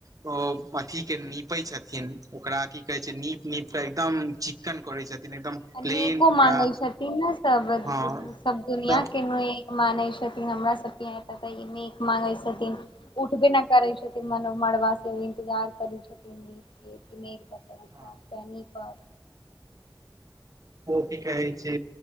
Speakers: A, on the right; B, on the left.
A: ओ अथी के नीपै छथिन, ओकरा की कहै छै नीप- नीप कऽ एकदम चिक्कन करै छथिन एकदम।
B: आ नेको
A: प्लेन
B: माँगै
A: ओकरा
B: छथिन न सब,
A: हँ
B: सब दुनियाँ
A: तऽ
B: के नोए मानै छथिन हम्रा सबके यहाँ तऽ ई मेग माँगै सथिन। उठबे न करै छथिन मानव मड़बा से इन्तजार करै छथिन ई। एक ने एक उठा पनी
A: हँ
B: पाब-पानी पाब।
A: ओ की कहै छै